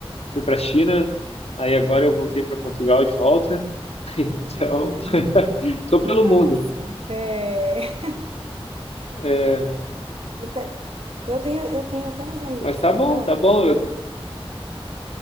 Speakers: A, on the left; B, on the right.
A: fui para a China, aí agora eu voltei para Portugal de volta. <laughs> Então,
B: Uhum,
A: <laughs> tô
B: que
A: pelo
B: massa.
A: mundo.
B: É. <laughs>
A: É,
B: e tá- Eu tenho, eu tenho até uns amigos
A: mas tá
B: que estão
A: bom,
B: morando,
A: tá bom. Eu-